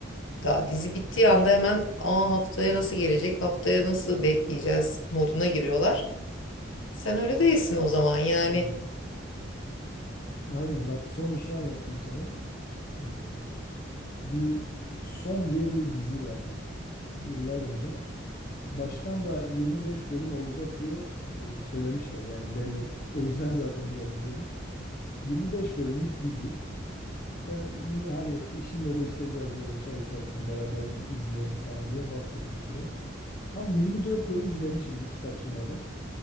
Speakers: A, on the left; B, on the left.
A: Daha dizi bittiği anda hemen Aa, haftaya nasıl gelecek, haftaya nasıl bekleyeceğiz moduna giriyorlar. Sen öyle değilsin o zaman yani
B: Evet. Aynen bak son bir şey anlatayım sana. Ee, bir Som diye bir dizi vardı yıllar önce. Baştan da 25 bölüm olacak diye e, söylemişler yani belli. O yüzden zaten biraz izledim. 25 bölümlük dizi. Ben bunu hani eşimle de işte biraz böyle çay içerken beraber iz- izleyelim falan diye baktık bir süre. Tam 24 bölüm izlemişim hiç kaçırmadan.